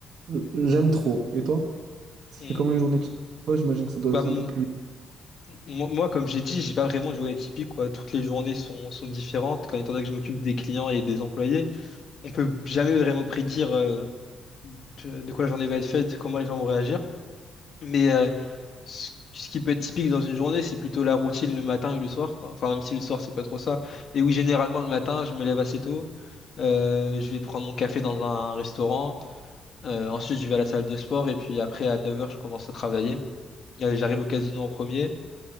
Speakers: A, on the right (about 65°); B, on the left (about 50°).
A: je- j'aime trop. Et toi? C'est
B: Hum,
A: comment une journée de chez toi, j'imagine que ça doit
B: Bah,
A: être
B: m-
A: un peu plus...
B: moi, moi, comme j'ai dit, j'ai pas vraiment une journée typique, quoi. Toutes les journées sont, sont différentes, quand étant donné que je m'occupe des clients et des employés on peut jamais vraiment prédire euh, de, de quoi la journée va être faite, comment les gens vont réagir. Mais euh, ce, ce qui peut être typique dans une journée, c'est plutôt la routine le matin et le soir, quoi. Enfin, même si le soir, c'est pas trop ça. Et oui, généralement, le matin, je me lève assez tôt. Euh, je vais prendre mon café dans un restaurant. Euh, ensuite, je vais à la salle de sport. Et puis après, à 9 heures, je commence à travailler. Euh, J'arrive au casino en premier,